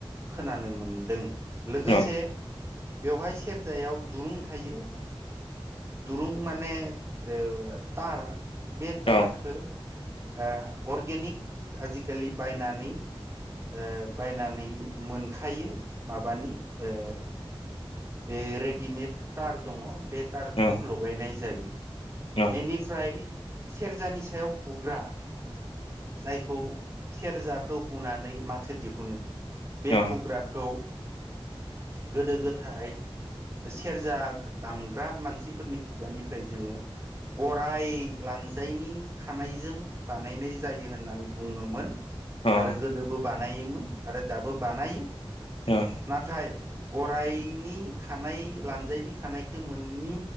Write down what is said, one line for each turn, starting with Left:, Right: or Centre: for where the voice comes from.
Right: खोनानो मोनदों लोगोसे
Left: अ
Right: बेवहाय सेरजायाव दुरुं थायो दुरं माने ओ तार बे तारखौ
Left: अ
Right: ओ अर्गेनिक आजिखालि बायनानै ओ बायनानै मोनखायो माबानि ओ ए रेडिमेड तार दङ बे खौ
Left: अ
Right: लगायनाय जायो
Left: अ
Right: बेनिफ्राय सेरजानि सायाव हुग्रा जायखौ सेरजाखौ हुनानै माथो दिहुनो बे
Left: अ
Right: हुग्राखौ गोदो गोदाय सेरजा दामग्रा मानसिफोरनि खुगानिफ्राय जोङो गराय लानजायनि खानायजों बानायनाय जायो होननानै बुङोमोन
Left: अ
Right: आरो गोदोबो बानायोमोन आरो दाबो बानायो।
Left: अ
Right: नथाय गरायनि खानाय लान्जायनि खानायखौ मोननि